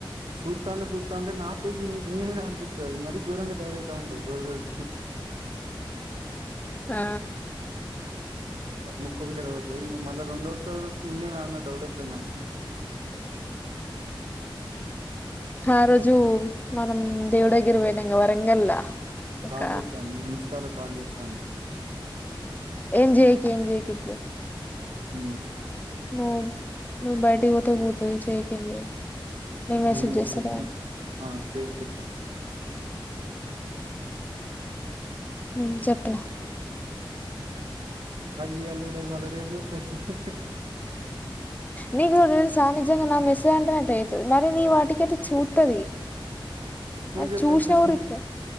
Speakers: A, on the right (about 75°); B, on the left (about 20°).
A: సూతాండే సూతాండే నా ఫేసి ననే పంపిత్తది అది మరి ఘోరంగా తయారవుత ఉండది రోజు రోజు
B: ఆ
A: ముక్కుకొంకర పోతది మల్లా రెండు రోజుల తర్వాత నేనే నా డౌట్ వస్తుంది నాకు
B: ఆ రోజు మనం దేవుడాగిర పోయినాంగా వరంగల్లా ఒక
A: కాల్ చేస్తాను ఇన్స్టాలో కాల్ చేస్తాను
B: ఏం చేయకు ఏం చేయకు ఇప్పుడు
A: ఉ
B: ను నువ్వు బయటికీ పోతే పోతది చెయ్ నేను మెసేజ్
A: ఏం చేస్తదని
B: చేస్తాలే
A: ఆ చేసి చెప్పు
B: ఉమ్ చెప్పిన
A: అది ఇయ్యాల చూడదు రేపు చూస్తది
B: నీకు ఒక్కటి తెలుసా నిజంగా నా మెస్ అట్లా చేస్తది మరి నీ వాటిక అయితే చూతది
A: సూచనలు
B: అది చూసినా
A: పెడతది
B: రిప్లై